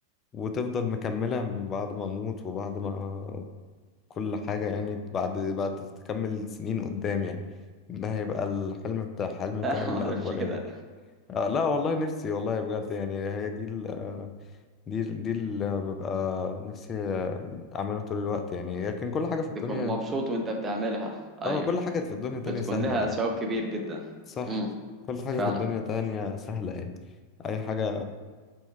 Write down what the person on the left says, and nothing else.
وتفضل مكملة من بعد ما أموت وبعد ما كل حاجة يعني بعد بعد تكمل سنين قدام يعني ده هيبقى الحلم بتاع الحلم
بتاعي
الأكبر
يعني آه لا والله نفسي والله بجد يعني هي دي ال آه، دي ال دي اللي ببقى نفسي آه، أعملها طول الوقت يعني لكن كل حاجة في الدنيا
اه كل حاجة في الدنيا تانية
سهلة
يعني
صح
كل حاجة
في الدنيا تانية سهلة يعني أي حاجة